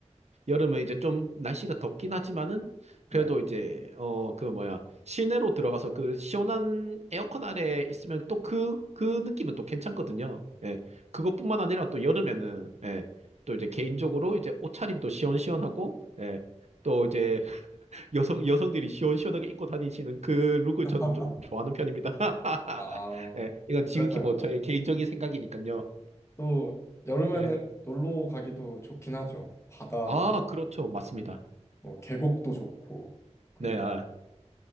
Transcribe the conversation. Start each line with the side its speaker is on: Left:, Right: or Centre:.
Right: 여름은 이제 좀 날씨가 덥긴 하지만은,
Left: 네.
Right: 그래도 이제, 어, 그 뭐야, 실내로 들어가서 그 시원한 에어컨 아래 있으면 또 그, 그 느낌은 또 괜찮거든요. 예, 그것뿐만 아니라 또 여름에는, 예, 또 이제 개인적으로 이제 옷차림도 시원시원하고, 예, 또 이제 <laughs> 여성, 여성들이 시원시원하게 입고 다니시는 그 룩을
Left: <laughs>
Right: 저는 좀 좋아하는 편입니다. <laughs>
Left: 아
Right: 예, 이건 지극히
Left: 그래서
Right: 뭐
Left: 여름.
Right: 저의 개인적인 생각이니까요.
Left: 또 여름에는
Right: 예.
Left: 놀러 가기도 좋긴 하죠. 바다
Right: 아, 그렇죠. 맞습니다.
Left: 뭐 계곡도 좋고 그리고
Right: 네, 아,